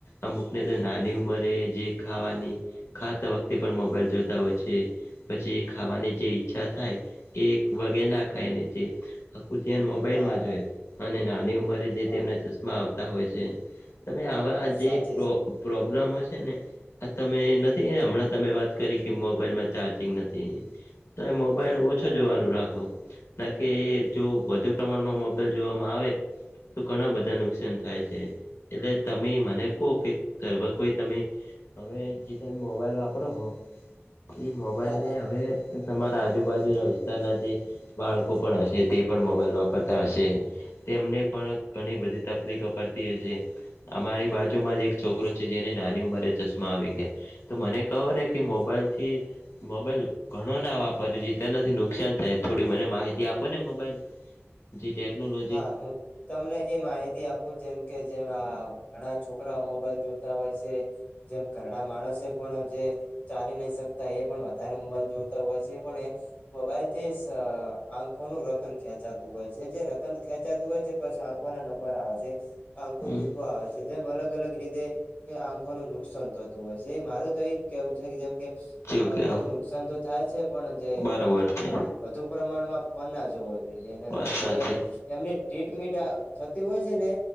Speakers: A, on the left (about 75°); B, on the left (about 30°).
A: અમુકને તો નાની ઉંમરે જે ખાવાની ખાતા વખતે પણ મોબાઈલ જોતા હોય છે. પછી ખાવાની જે ઈચ્છા થાય એ વગે ના ખાય ને જે આખું ધ્યાન મોબાઈલમાં
B: હા હા
A: જોય અને નાની ઉંમરે જે
B: હા
A: તેમને
B: હા
A: ચશ્મા આવતા હોય છે. તમે આવા
B: વાત
A: જે
B: સાચી
A: પ્રો
B: છે
A: પ્રોબ્લમો છે ને આ તમે નથી એ હમણાં તમે વાત કરી કે મોબાઈલમાં ચાર્જિંગ નથી તમે મો મોબાઈલ ઓછો
B: હા
A: જોવાનું રાખો ના કે જો વધુ પ્રમાણમાં મોબાઈલ જોવામાં આવે. તો ઘણા બધા નુકસાન થાય છે એટલે તમે મને કહો કે કોઈ તમે. હવે જે તમે મોબાઈલ વાપરો હો એ મોબાઈલને
B: હા હા
A: હવે. તમારા આજુબાજુ ના વિસ્તારના જે. બાળકો પણ હશે તે પણ મોબાઈલ વાપરતા હશે. તેમને પણ ઘણી બધી તકલીફ અપડતી અમારી બાજુમાં જ એક છોકરો છે જેને નાની ઉંમરે ચશમા મા આવી ગયા તો મને કહો ને કે મોબાઈલ થી મોબાઈલ ઘણો ના વાપરેવો તેનાથી નુકસાન થાય થોડી મને માહિતી આપો ને મોબાઈલ
B: <inaudible>
A: જે ટેક્નોલોજી
B: હા હું તમને એ માહિતી આપું જેમ કે જેમ ઘણા છોકરા મોબાઈલ જોતા હોય છે જેમ ઘરડા માણસે પણ જે ચાલી નહી શકતા એ પણ વધારે મોબાઈલ જોતા હોય છે પણ એ મોબાઈલ થી આંખોનું રતન ખેંચાતું હોય છે જે ર પણ ખેંચાતું હોય છે પછી આંખો ના નંબર આવે છે આંખો
A: હમ
B: દુખો આવે છે જેમ અલગ અલગ રીતે એ આંખો ન નુકસાન થતું હોય છે એ મારું તો એજ કેવું છે કે જેમ કે
A: જેવું
B: આંખો
A: કેવો
B: ન નુકસાન તો થાય છે પણ જે
A: બરોબર છે
B: વધુ પ્રમાણમાં ફોન ના જોવો જોઈએ અને
A: વાત સાચી
B: જે એમને ટીટ મીટ થતી હોય છે ને